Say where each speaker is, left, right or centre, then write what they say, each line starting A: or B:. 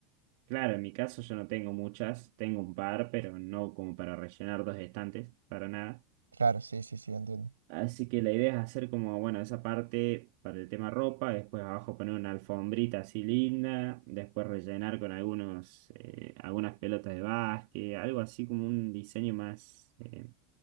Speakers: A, on the right; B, on the right.
A: Claro, en mi caso yo no tengo muchas, tengo un par, pero no como para rellenar dos estantes, para nada.
B: Claro, sí, sí, sí, entiendo.
A: Así que la idea es hacer como, bueno, esa parte para el tema ropa, después abajo poner una alfombrita así linda, después rellenar con algunos, eh, algunas pelotas de básquet, algo así como un diseño más, eh,